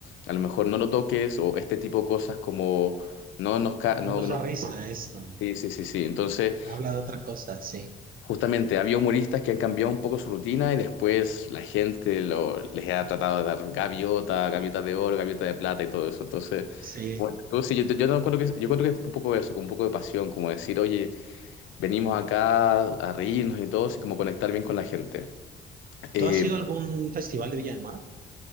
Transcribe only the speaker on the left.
a lo mejor no lo toques o este tipo de cosas como no nos... ca- No,
no,
sí, sí, sí, sí. Entonces...
Justamente, había humoristas que han cambiado un poco su rutina y después la gente lo- les ha tratado de dar gaviota, gaviota de oro, gaviota de plata y todo eso. Entonces,
bueno, tú sí, yo, yo no encuentro que, yo encuentro que es un poco eso, con un poco de pasión, como decir, oye, venimos acá a reírnos y todo, así como conectar bien con la gente. Eh,